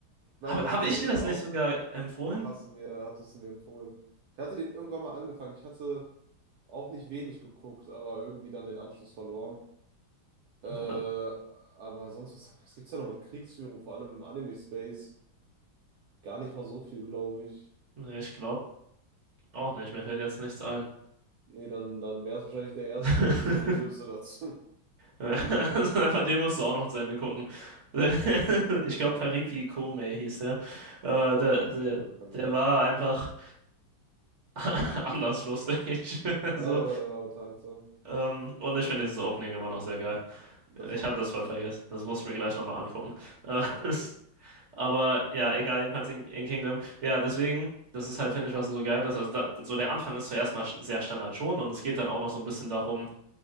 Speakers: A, on the right; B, on the right.
A: Ich meine,
B: habe
A: das
B: hab hab
A: passiert
B: ich dir das
A: ja auch.
B: nicht sogar empfohlen?
A: Doch, hast du mir, hattest du mir empfohlen. Ich hatte den irgendwann mal angefangen. Ich hatte auch nicht wenig geguckt, aber irgendwie dann den Anschluss verloren. Äh, aber
B: Und
A: sonst, was, was gibt's da noch mit Kriegsführung, vor allem im Anime-Space? Gar nicht mal so viel, glaube ich.
B: Nee, ich glaube auch nicht, mir fällt jetzt nichts ein.
A: Nee, dann, dann wäre es wahrscheinlich der erste
B: <laughs>
A: seriöse dazu. <laughs>
B: Also, aber den musst du auch noch zu Ende gucken. <laughs> Ich
A: Ja,
B: glaube, Peripi Kome hieß der. Äh,
A: äh, weiß
B: der, der.
A: ich nicht, aber kann sein.
B: Der war einfach <laughs> anders lustig. <laughs>
A: Ja,
B: So,
A: der war, der war unterhaltsam.
B: ähm, und ich finde dieses Opening immer noch sehr geil.
A: Das
B: Ich
A: war
B: habe
A: unbedingt
B: das voll
A: gut.
B: vergessen. Das muss ich mir gleich nochmal angucken. Äh, <laughs>
A: Yes.
B: Aber ja, egal, jedenfalls in, in Kingdom. Ja, deswegen, das ist halt, finde ich, was so geil ist. Also, da, so der Anfang ist zuerst mal sch- sehr Standard schon und es geht dann auch noch so ein bisschen darum,